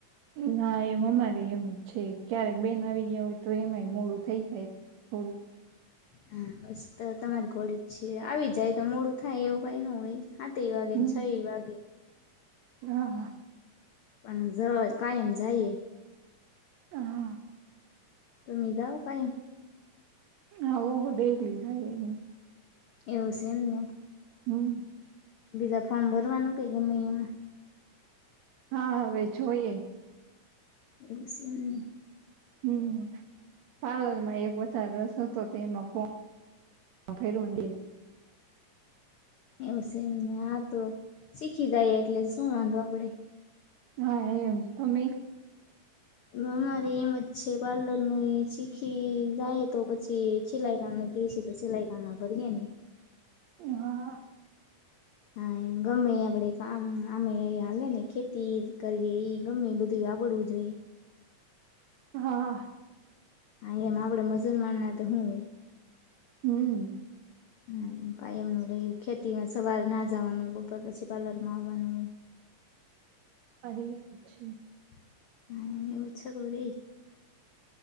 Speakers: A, on the right; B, on the left.
A: ના એમ અમારે એમ જ છે ક્યારેક બેન આવી ગયા હોય તો એમાંય મોડું થઈ જાય થોડું
B: હા, બસ તો તમારી ઘોડે જ છે આવી જાય તો મોડું થાય એવું કંઈ ન હોય હાતેય વાગે
A: હમ
B: ન છ એ વાગે
A: હા
B: પણ જ કાયમ જાઈએ
A: હા
B: તમે જાઓ કાઈ
A: હા, હો ડેલી જાય એ
B: એવું સે એમ ને
A: હમ્મ.
B: બીજા ફોર્મ ભરવાનું કેઈ ગમે એમાં?
A: હા હવે જોઈએ.
B: <inaudible>
A: હમ્મ. પાર્લર માં એક વ <unintelligible> તો એમાં ફોર્મ <unintelligible>
B: એવું સે એમને. હા તો શીખી જાઈએ એટલે શું વાંધો આપણે.
A: હા એમ. તમેઈ
B: અમારેઈ એમ જ છે પાર્લર નું એ શીખી જાઈએ તો પછી સિલાઈ કામનું કહે સે તો સિલાઈ કામમાં ભરીએને.
A: એ હા.
B: હા એમ. ગમેઈ આપણે કામ આમેઈ ઈ હાલે ને, ખેતી ઈજ કરીએ, ઈ ગમેઈ બધું આવડવું જ જોઈએ.
A: હા.
B: હા એમ. આપણે મજૂર માણા હે તો હું હોય.
A: હમ્મ.
B: હા એમ. કાંઈ એમનું રહ્યું, ખેતીમાં સવાર ના જવાનું હોય, બપોર પછી પાર્લર માં આવવાનું હોય. <inaudible>
A: મારે ઈ જ છે.
B: હા એને એવું <unintelligible>